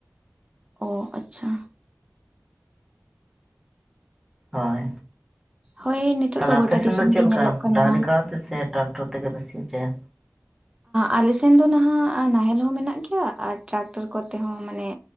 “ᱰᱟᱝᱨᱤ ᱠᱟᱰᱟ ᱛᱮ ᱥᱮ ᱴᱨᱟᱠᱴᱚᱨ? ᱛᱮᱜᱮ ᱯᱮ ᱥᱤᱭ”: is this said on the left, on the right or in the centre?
Centre